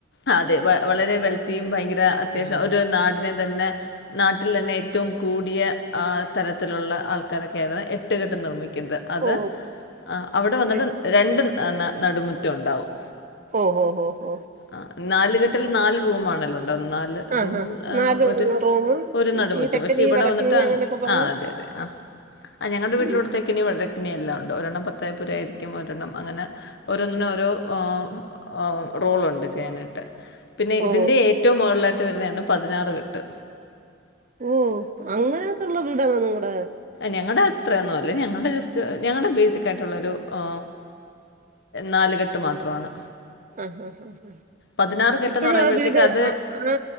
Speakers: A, on the left (about 60°); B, on the right (about 40°).
A: അതെ വളരെ വെൽത്തിയും ഭയങ്കര അത്യാവശ്യം ഒരു നാടിനെ തന്നെ നാട്ടിൽ തന്നെ ഏറ്റവും കൂടിയ ആ തരത്തിലുള്ള ആൾക്കാരൊക്കെ ആയിരുന്നു എട്ട്കെട്ട് നിർമ്മിക്കുന്നത് ഇത് അത്
B: ഓ
A: അവിടെ വന്നിട്ട്
B: ഓ
A: രണ്ട് ആ ന നടുമുറ്റം ഒണ്ടാവും
B: ഓ ഹോ ഹോ ഹോ
A: ആ നാലുകെട്ടിൽ നാല് റൂമാണല്ലോ <unintelligible> ന്നാല്
B: ആ
A: റൂമും
B: ഹാ നാല്
A: ഒരു
B: റൂമും
A: ഒരു നടുമുറ്റം
B: ഈ തെക്കനെയും
A: പക്ഷെ ഇവിടെ
B: വടക്കിനെയും
A: വന്നിട്ട് ആ
B: അങ്ങനെയൊക്കെ പറഞ്ഞ്
A: അതെ അതെ ആ ആ ഞങ്ങളുടെ വീട്ടില്
B: ഉം
A: ഇവിടെ തേക്കിനി <unintelligible> <unintelligible> യെല്ലാം ഉണ്ട് ഒരെണ്ണം പത്തായപ്പുര ആയിരിക്കും ഒരെണ്ണം അങ്ങന ഓരോന്നിനും ഓരോ ആ ആ റോളുണ്ട് <unintelligible> <unintelligible> നിട്ട് പിന്നെ
B: ഓ
A: ഇതിന്റെ ഏറ്റവും മുകളി ലാ <unintelligible> വരുന്നതാണ് പതിനാറ് കെട്ട്
B: ഓ അങ്ങനത്തൊള്ള വീടണോ നിങ്ങട
A: ഞങ്ങടെ അത്രയൊന്നും അല്ല ഞങ്ങളുടെ ജസ്റ്റ് ഞങ്ങളുടെ ബേസിക് ആയിട്ടുള്ളൊരു ആ നാലുകെട്ട് മാത്രമാണ്
B: ആങ്ഹ് ആങ്ഹ് ആ
A: പതിനാറ് കെട്ടെന്ന്
B: ഇപ്പഴും
A: പറയുമ്പോഴത്തേക്ക്
B: ആ വീട്
A: അത്
B: ആ ആ